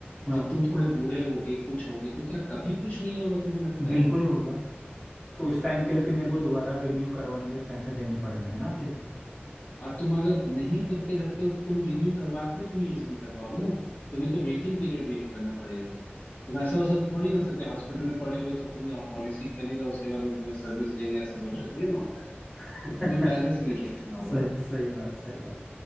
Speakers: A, in the centre; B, on the left.
A: हाँ
B: जब तुम थोड़े बूढ़े होगे कुछ होगे तो क्या कभी कुछ नहीं होगा तुम्हें लगता
A: बिल्कुल
B: है
A: होगा तो उस टाइम के लिए फिर मेरे को दोबारा रिन्यू करवाने के लिए पैसे देने पड़ेंगे ना फिर
B: और तुम अगर नहीं करके रखते हो तो तुम रिन्यू करवा के भी तुम यूज नहीं कर पाओगे ना तुम्हें तो वेटिंग पीरियड वेट करना पड़ेगा तुम ऐसा हो सक थोड़ी ना हो सकते हॉस्पिटल में पड़े हुए तब तुमने पॉलिसी खरीदा उसके बाद वो तुम्हें सर्विस देंगे ऐसा सोचा थोड़ी ना होता है
A: <laughs>
B: वो तो तुम्हें पहले से लेके रखना होगा
A: सही
B: ना
A: सही बात सही बात